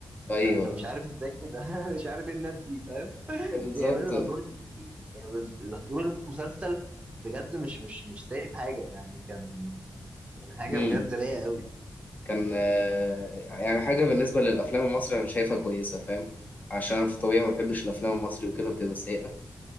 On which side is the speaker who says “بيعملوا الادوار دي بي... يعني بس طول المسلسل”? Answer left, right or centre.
Right